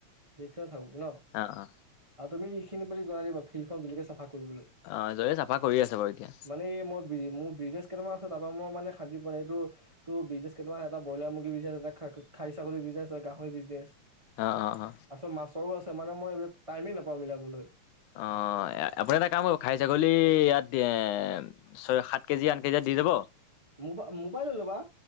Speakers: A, on the right (about 50°); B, on the left (about 85°).
A: <unintelligible> থাকক ন,
B: অ অ
A: আৰু তুমি এইখিনি প জনাই দিবা ফিল্ডখন জিলিকি চাফা কৰিবলৈ,
B: অ জয়ে চাফা কৰি আছে বাৰু এতিয়া
A: মানে এই মই মোৰ বিজনেছ। কেইটামান আছে তাৰ পৰা মই মানে শান্তি পোৱা নাই, তোৰ তোৰ বিজনেছ কেইটামান এটা বইলাৰ মুৰ্গী বিজনেছ, এটা খাই খাহী ছাগলী বি গাহৰি বিজনেছ,
B: অ অ অ
A: তাৰপিছত মাছৰো আছে মানে মই টাইমে নাপাওঁ মিলাবলৈ।
B: আহ, আপুনি এটা কাম কৰিব খাহী ছাগলী ইয়াত এ ছয় সাত কেজি আঠ কেজি দি যাব।
A: মোৰ পা মোৰ পৰাই লৈ ল'বা।